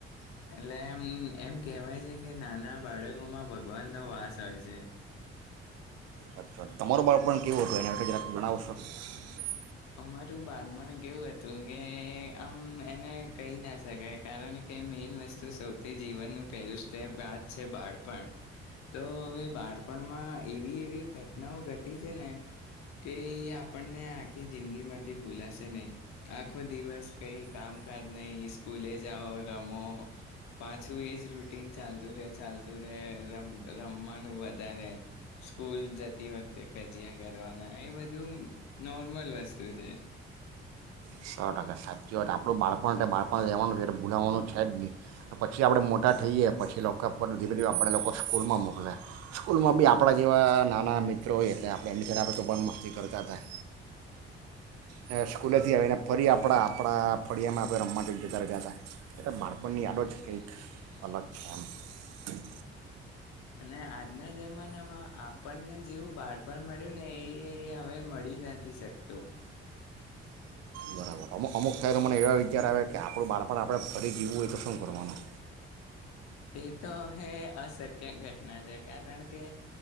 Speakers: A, on the left (about 60°); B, on the right (about 55°).
A: એટલે એમ એમ કહેવાય છે, કે નાના બાળકોમાં ભગવાનનો વાસ હોય છે.
B: અચ્છા તમારું બાળપણ કેવું હતું એના વિષે જરાક જણાવો છો?
A: અમારું બાળપણ કેવું હતું કે આમ એને કહી ના શકાય કારણ કે મેઈન વસ્તુ સૌથી જીવનનું પહેલું સ્ટેપ વાત છે, બાળપણ તો હવે બાળપણમાં એવી એવી ઘટનાઓ ઘટી છે, ને કે આપણને આ આખી જિંદગી માંરાથી ભૂલાશે નહી, આખો દિવસ કઈ કામકાજ નહી સ્કૂલે જાઓ રમો પાછું એજ રૂટીન ચાલતું રે ચાલતું રે રમ રમવાનું વધારે સ્કૂલ જતી વખતે કજીયા કરવાના એ બધું ન નોર્મલ વસ્તુ છે.
B: સો ટકા સાચી વાત આપણું બાળપણ તો બાળપણ રહેવાનું છે, એટલે ભૂલાવવાનું છે જ ની પછી આપણે મોટા થઈએ પછી લોકો આપણને ધીરે ધીરે આપણે લોકો સ્કૂલમાં મોકલે સ્કૂલમાં બી આપણા જેવા નાના મિત્રો હોયએ એટલે આપણે એમની સાથે આપણે તો પણ મસ્તી કરતા થાય, ને સ્કૂલેથી આવીને ફરી આપણા આપણા ફળિયામાં આપણે રમવા જોઈએ, જતા રેહતાતા ત્યારે બાળપણની યાડો જ કંઈક અલગ છે, એમ
A: અને આજના જમાનામાં આપણને જેવું બાળ પણ મળ્યુંને એ હવે મળી નથી શક તો
B: બરાબર અમુક અમુક થાય તો મને એવા વિચાર આવે કે આપણું બળપણ આપણે ફરી જીવવુ હોય, તો શું કરવાનું?
A: એ તો હવે અશક્ય ઘટના છે, કારણ કે